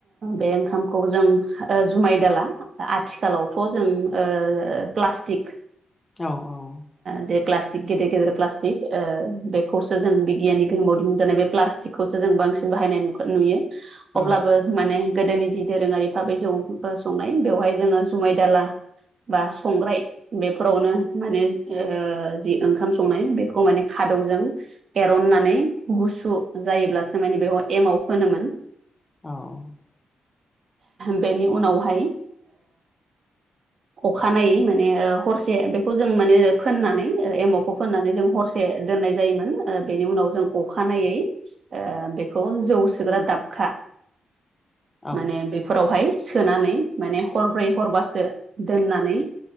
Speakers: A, on the right; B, on the left.
A: बे ओंखामखौ जों जुमाय दाला आथिखालावथ' जों प्लास्टिक
B: औ औ
A: जे प्लास्टिक गेदेर गेदेर प्लास्टिक बेखौसो जों बिगियाननि गोहोमाव ज बे प्लास्टिकखौसो जों बांसिन बाहायनाय नुयो
B: औ
A: अब्लाबो माने गोदोनि जि दोरोङारिफाबै जौ संनाय बेवहाय जोङो जुमाय दाला बा संग्राय बेफोरावनो माने जि ओंखाम संनाय बेखौ माने खादौजों एरननानै गुसु जायोब्लासो माने बेयाव एमाव फोनोमोन
B: <inaudible>
A: बेनि उनावहाय अखानायै माने हरसे बेखौ जों माने फोननानै एमौखौ फोननानै जों हरसे से दोननाय जायोमोन बेनि उनाव जों अखानायै बेखौ जौ सोग्रा दाबखा
B: औ
A: माने बेफोरावहाय सोनानै माने हरब्रै हरबासो दोननानै